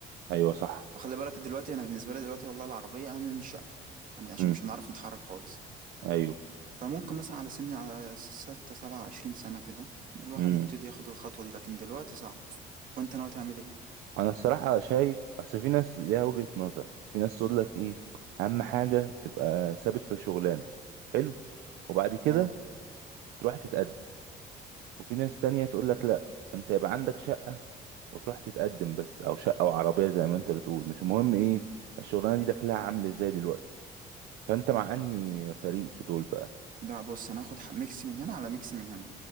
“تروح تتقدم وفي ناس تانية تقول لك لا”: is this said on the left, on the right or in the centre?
Right